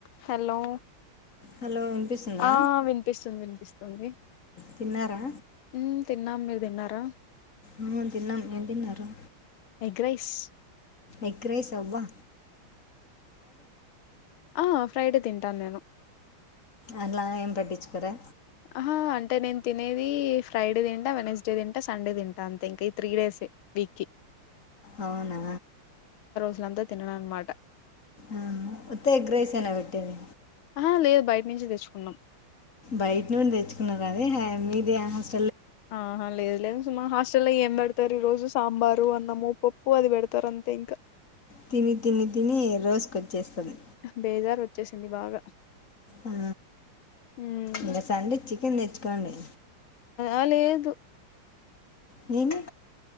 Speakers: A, on the left; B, on the left.
A: Hello
B: hello వినిపిస్తుందా
A: ఆ వినిపిస్తుంది వినిపిస్తుంది అీ <unintelligible>
B: తిన్నారా
A: హ్మ్ తిన్నాం మీర్ తిన్నారా
B: ఆ తిన్నాం ఏం తిన్నారు
A: ఎగ్రైస్
B: ఎగ్రైస్ అబ్బా
A: ఆ ఫ్రైడే తింటాను మేము
B: అలా ఏం పట్టిచుకోరా
A: అహహా అంటే నేన్ తినేది ఫ్రైడే తింటా వెనస్డే తింటా సండే తింటా అంతే ఇంక ఈ త్రీ డేసే వీక్కి
B: అవునా
A: వీళ్ళంతా తినరనమాట
B: ఆ ఉత్త ఎగ్ రైస్ ఎన పెట్టేది
A: ఆ లేదు బయట నుంచే తెచ్చుకున్నాం
B: బయట నుండి తెచ్చుకున్నారు అది మీదే అనేసి
A: ఆహా లేదు లేదు సుమ హాస్టల్ల్లో ఏం పెడతారు ఈ రోజు సాంబార్ అన్నము పప్పు అది పెడతారూ అంతే ఇంకా
B: తిని తిని తిని రోస్ కు వచ్చేస్తుంది
A: బేజార్ వచ్చేసింది బాగా
B: ఆ,
A: హ్మ్మ్
B: ఇంకా సండే చికెన్ తెచ్చుకోండి
A: అ లేదు
B: నేనూ